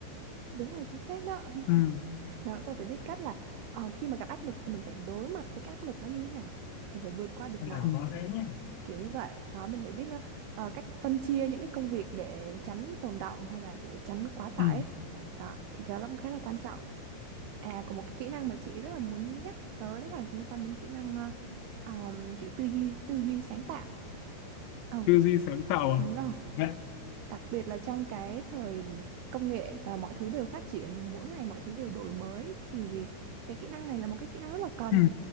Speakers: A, on the right (about 75°); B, on the left (about 85°).
A: đúng rồi chính xác đó
B: ừ. Nên
A: đó và phải biết cách là ờ, khi mà gặp áp lực thì mình phải đối mặt với cái áp lực đó như thế nào mình phải vượt qua được
B: Ừ.
A: nó
B: là có đấy nhá
A: kiểu như vậy đó mình phải biết ờ, cách phân chia những cái công việc để tránh tồn động hay là để tránh quá tải
B: Ừ.
A: ấy. đó thì cái đó cũng khá là quan trọng à có một cái kỹ năng mà chị rất là muốn nhắc tới đó là liên quan đến kỹ năng ờ, ờm, kiểu tư duy tư duy sáng tạo Ồ
B: tư duy sáng tạo à
A: đúng rồi
B: Nhất.
A: Đặc biệt là trong cái thời công nghệ và mọi thứ đều phát triển, mỗi ngày mọi thứ đều đổi mới thì cái kỹ năng này là một cái kỹ năng rất là cần.
B: ừ.